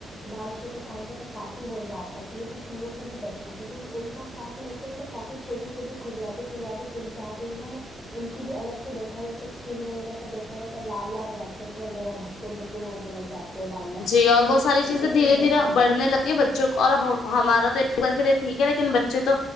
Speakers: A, in the centre; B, on the left.
A: بارشوں کے ٹائم پہ تو کافی ہو جاتا ہے یہ سب چیزوں سے بھی بچنا چاہئے کیونکہ ایک بار کاٹ لیتے ہیں تو کافی چھوٹی چھوٹی کھل جاتے کھلاتے تین چار دن ہے نا ان کی بھی الگ سے دیکھا جائے تو اسکن وغیرہ پر دیکھا جائے تو لال لال ریشز وغیرہ دک تو دھپے ہونے لگ جاتے ہیں لال لال
B: جی اور وہ ساری
A: سب
B: چیزیں
A: چیزوں سے
B: دھیرے
A: بھی
B: دھیرے
A: بچنا
B: بڑنے
A: ہے
B: لگ بچوں کو اور ہمارا تو ایک بار کے لیے ٹھیک ہے لیکن بچے تو